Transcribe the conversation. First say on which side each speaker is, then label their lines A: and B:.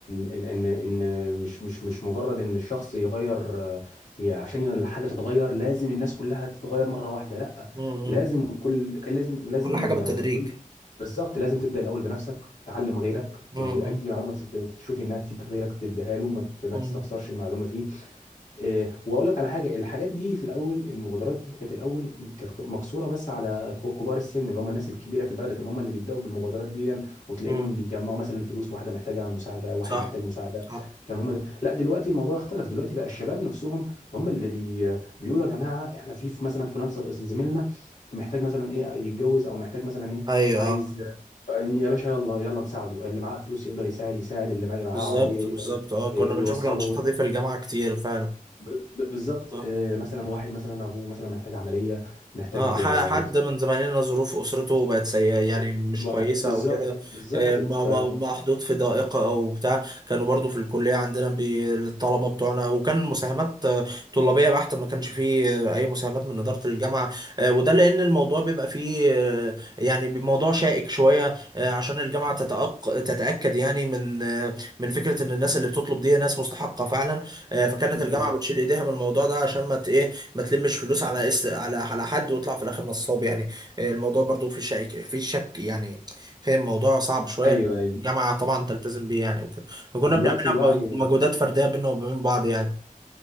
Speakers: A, on the left (about 60°); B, on the right (about 30°).
A: ان ان, إن مش مش مش مجرد ان الشخص يغير آه، ي- عشان الحاجه تتغير لازم الناس كلها تتغير مره واحده لا
B: مم.
A: لازم كل كان لازم لازم
B: كل حاجة بالتدريج
A: آه، كل بالظبط لازم تبدا الاول بنفسك تعلم غيرك ت-
B: امم
A: اي معلومه تت- تشوفي انها تفيد غيرك تديها له ما ت- ما
B: امم
A: تستخسرش المعلومه فيه آه، واقول لك على حاجه الحاجات دي في الاول المبادرات دي كانت الاول كانت مقصوره بس على ك- كبار السن اللي هم الناس الكبيره في البلد كانوا هم اللي بيبداوا بالمبادرات دي وتلاقيهم
B: امم
A: بيجمعوا مثلا فلوس واحده محتاجه مساعده واحد
B: صح
A: محتاج مساعده
B: صح
A: كان هم اللي... لا دلوقتي الموضوع اختلف دلوقتي بقى الشباب نفسهم هم اللي بي... بيقولوا يا جماعه احنا في في مثلا فلان ص- زميلنا محتاج مثلا ايه يتجوز او محتاج مثلا ايه
B: ايوه
A: عايز
B: آه.
A: يا باشا يلا يلا نساعده اللي معاه فلوس يقدر يساعد يساعد اللي معاه
B: بالظبط
A: عربيه يقدر
B: بالظبط
A: ي-
B: اه كنا
A: يوصله
B: بنشوف الأنشطة دي في الجامعة كتير فعلا
A: ب- ب- بالظبط
B: اه
A: آه، مثلا واحد مثلا ابوه مثلا محتاج عمليه محتاج
B: اه ح-
A: آه،
B: حد
A: يسافر
B: من زمايلنا ظروف اسرته بقت سيئه يعني
A: طب-
B: مش
A: واحد-
B: كويسه
A: بالظبط
B: او كده
A: بالظبط
B: آه، ما-
A: ف
B: ما- محطوط في ضائقه او بتاع كانوا برضو في الكليه عندنا بي- الطلبه بتوعنا وكان مساهمات آه، طلابيه بحته ما كانش فيه آه، اي مساهمات من اداره الجامعه آه، وده لان الموضوع بيبقى فيه آه، يعني موضوع شائك شويه آه، عشان الجامعه تتأق- تتاكد يعني من آه، من فكره ان الناس اللي بتطلب دي ناس مستحقه فعلا آه، فكانت
A: بالظبط
B: الجامعه بتشيل ايديها من الموضوع ده عشان ما ت- ايه ما تلمش فلوس على اس على على حد ويطلع في الاخر نصاب يعني آه، الموضوع برضو في شك في شك يعني فاهم الموضوع صعب شويه
A: ايوه ايوه
B: الجامعه طبعا تلتزم بيه يعني وكده وكنا
A: فدلوقتي
B: بنعملها
A: الوعي
B: بمجهودات فرديه بينا وبين بعض يعني